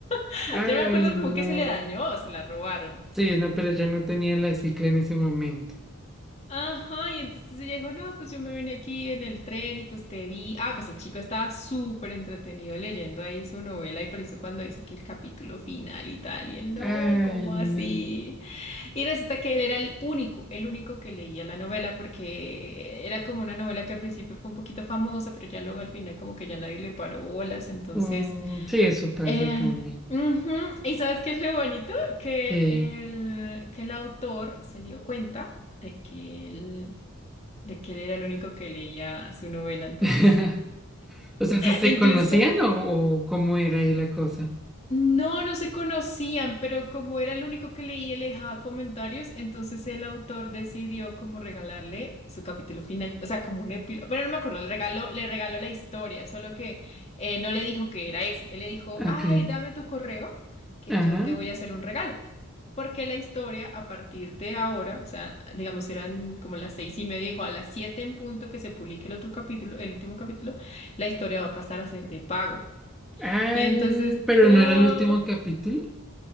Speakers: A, on the left (about 30°); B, in the centre.
A: <laughs>
B: Ay,
A: Yo no me acuerdo
B: no.
A: como que se le dañó o se la robaron.
B: Sí, no, pero ya no tenía la cicla en ese momento.
A: Ajá, y entonces ella dijo, no, pues yo me vine aquí en el tren y pues te vi. Ah, pues el chico estaba súper entretenido leyendo ahí su novela y por eso cuando dice que el capítulo final y tal, y él, no,
B: Ay,
A: ¿cómo
B: no.
A: así? Y resulta que él era el único, el único que leía la novela porque era como una novela que al principio fue un poquito famosa, pero ya luego al final como que ya nadie le paró bolas, entonces...
B: Mm, sí, eso pasa
A: Eh,
B: también.
A: ujú. Y sabes qué es lo bonito? Que
B: Que...
A: el, que el autor se dio cuenta de que él de que él era el único que leía su novela, entonces
B: <laughs> O sea, ¿se, se
A: <laughs> incluso
B: conocían o, o cómo era ahí la cosa?
A: No, no se conocían, pero como era el único que leía y le dejaba comentarios, entonces el autor decidió como regalarle su capítulo final, o sea, como un epílogo, pero no me acuerdo, le regaló, le regaló la historia, solo que eh, no le dijo que era eso, él le dijo,
B: Ok.
A: ay, dame tu correo, que
B: Ajá.
A: yo te voy a hacer un regalo, porque la historia a partir de ahora, o sea, digamos que eran como las seis y media, dijo a las siete en punto que se publique el otro capítulo, el último capítulo, la historia va a pasar a ser de pago.
B: Ay,
A: Y entonces,
B: pero
A: no.
B: no era el último capítulo.